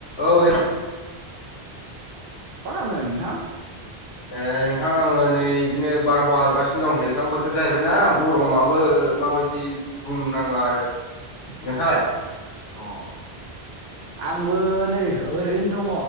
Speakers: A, on the left (about 70°); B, on the right (about 65°).
A: औ हेल'
B: मा खालामदों नोंथां?
A: ओ नोंथां आङो नै बिदिनो बारहावा जागासिनो दं दैज्लां बोथोर जाहैबायना गरमाबो माबायदि बुंनांला आरो। नोंथाङालाय?
B: अ आंबो नै ओरैनो दङ